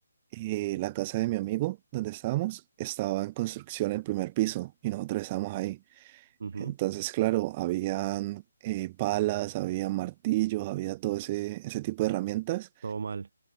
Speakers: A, on the right (about 20°); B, on the right (about 60°).
A: eh, la casa de mi amigo, donde estábamos, estaba en construcción el primer piso y nosotros estábamos ahí.
B: Ujú.
A: Entonces, claro, habían eh, palas, había martillos, había todo ese, ese tipo de herramientas.
B: Todo mal.